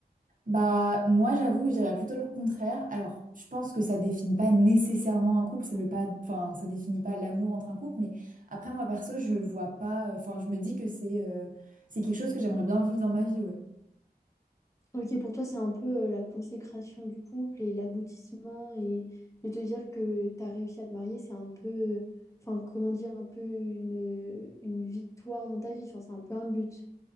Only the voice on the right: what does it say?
Bah, moi, j'avoue, je dirais plutôt le contraire. Alors, je pense que ça définit pas nécessairement un couple, ça veut pas, enfin, ça définit pas l'amour entre un couple, mais après, moi, perso, je vois pas, enfin, je me dis que c'est euh, c'est quelque chose que j'aimerais bien vivre dans ma vie, ouais.